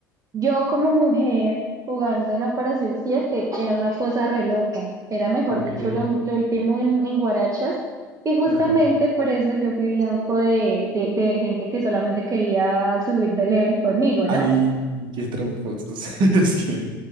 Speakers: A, on the right (about 30°); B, on the right (about 45°).
A: Yo como mujer jugando en Operación 7 era una cosa re loca, era mejor
B: Ok.
A: dicho lo, lo último en, en guarachas y justamente
B: Ajá.
A: por eso yo fui blanco de, de, de gente que solamente quería subir de level conmigo, ¿no?
B: Ay, qué tramposos. <laughs> Es que.